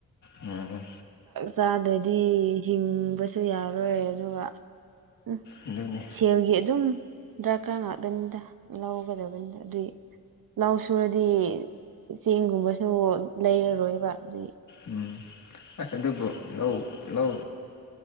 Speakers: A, on the left; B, on the right.
A: ꯎꯝ
B: ꯆꯥꯗꯗꯤ ꯍꯤꯡꯕꯁꯨ ꯌꯥꯔꯣꯏ ꯑꯗꯨꯒ ꯎ
A: ꯑꯗꯨꯅꯤ
B: ꯁꯦꯜꯒꯤ ꯑꯗꯨꯝ ꯗ꯭ꯔꯀꯔꯥ ꯉꯥꯛꯇꯅꯤꯗ ꯂꯧꯒꯗꯕꯅꯤꯗ ꯑꯗꯨꯏ ꯂꯧ ꯁꯨꯔꯗꯤ ꯆꯦꯡꯒꯨꯝꯕꯁꯨ ꯂꯩꯔꯔꯣꯏꯕ ꯑꯗꯨꯗꯒꯤ
A: ꯎꯝ ꯑꯁ ꯑꯗꯨꯕꯨ ꯂꯧ ꯂꯧ